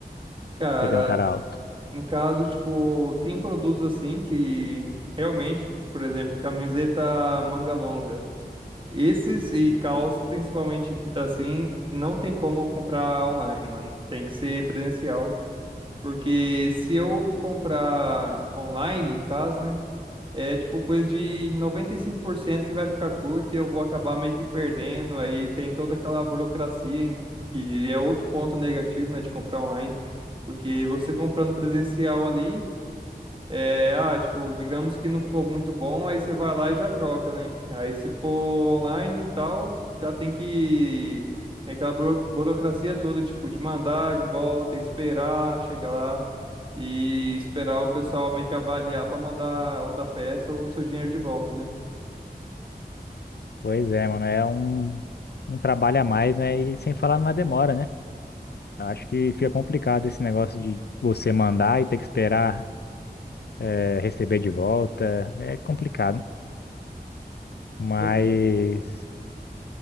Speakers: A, on the right; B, on the left.
A: Cara,
B: Você que é um cara alto.
A: No caso, tipo, tem produtos assim que realmente, por exemplo, camiseta manga longa. Esses e calças, principalmente assim, não tem como comprar online, mano. Tem que ser presencial. Porque se eu comprar online, no caso, né? É tipo coisa de 95% que vai ficar curta e eu vou acabar meio que perdendo. Aí tem toda aquela burocracia, em- que é outro ponto negativo, né, de comprar online. Porque você comprando presencial ali. É, ah, tipo, digamos que não ficou muito bom, aí você vai lá e já troca, né? Aí se for online e tal, já tem que. Tem aquela buro- burocracia toda, tipo, de mandar de volta, esperar, chegar lá e esperar o pessoal meio que avaliar pra mandar outra peça ou o seu dinheiro de volta, né?
B: Pois é, mano, é um, um trabalho a mais, né? E sem falar na demora, né? Acho que fica complicado esse negócio de você mandar e ter que esperar eh, receber de volta. É complicado. Mas
A: Oi.